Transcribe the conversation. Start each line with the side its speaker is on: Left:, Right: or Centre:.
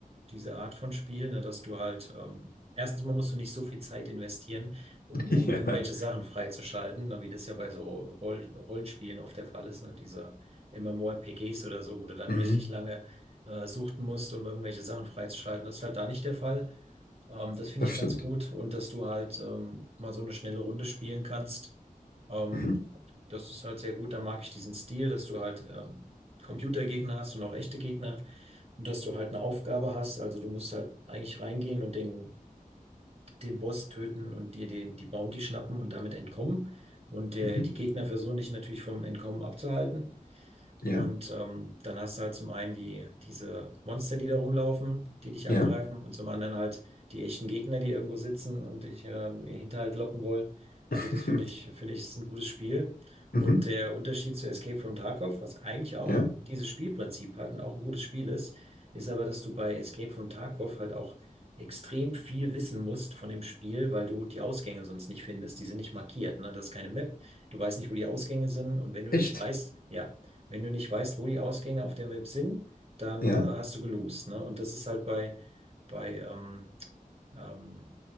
Right: diese Art von Spiel, ne, dass du halt, ähm, erstens mal musst du nicht so viel Zeit investieren, um,
Left: <laughs>
Right: um
Left: Ja.
Right: irgendwelche Sachen freizuschalten, ne, wie das ja bei so Roll Rollenspielen oft der Fall ist, ne, diese MMORPGs oder so, wo du dann
Left: Mhm.
Right: richtig lange äh, suchten musst, um irgendwelche Sachen freizuschalten. Das ist halt da nicht der Fall. Ähm, das finde
Left: Das
Right: ich
Left: stimmt.
Right: ganz gut und dass du halt ähm, mal so eine schnelle Runde spielen kannst. Ähm,
Left: Mhm.
Right: das ist halt sehr gut. Da mag ich diesen Stil, dass du halt ähm, Computergegner hast und auch echte Gegner und dass du halt eine Aufgabe hast. Also du musst halt eigentlich reingehen und den, den Boss töten und dir den, die Bounty schnappen und damit entkommen. Und der,
Left: Mhm.
Right: die Gegner versuchen dich natürlich vom Entkommen abzuhalten.
Left: Ja.
Right: Und ähm, dann hast du halt zum einen die, diese Monster, die da rumlaufen, die dich
Left: Ja.
Right: angreifen, und zum anderen halt die echten Gegner, die irgendwo sitzen und dich äh, in den Hinterhalt locken wollen. Also
Left: <laughs>
Right: das finde ich, finde ich, ist ein gutes Spiel.
Left: Mhm.
Right: Und der Unterschied zu Escape from Tarkov, was eigentlich auch
Left: Ja.
Right: dieses Spielprinzip hat und auch ein gutes Spiel ist, ist aber, dass du bei Escape from Tarkov halt auch extrem viel wissen musst von dem Spiel, weil du die Ausgänge sonst nicht findest. Die sind nicht markiert, ne? Das ist keine Map. Du weißt nicht, wo die Ausgänge sind. Und wenn du
Left: Echt?
Right: nicht weißt, ja, wenn du nicht weißt, wo die Ausgänge auf der Map sind, dann
Left: Ja.
Right: äh, hast du gelost, ne? Und das ist halt bei, bei ähm, ähm,